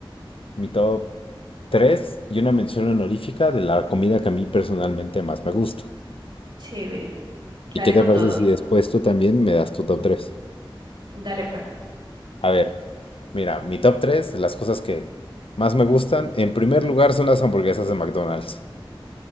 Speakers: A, on the left; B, on the right.
A: mi top 3 y una mención honorífica de la comida que a mí personalmente más me gusta.
B: chévere. Dale
A: ¿Y qué te
B: con
A: parece
B: todo.
A: si después tú también me das tu top 3?
B: Dale pues.
A: A ver, mira, mi top 3, de las cosas que más me gustan, en primer lugar son las hamburguesas de McDonald's.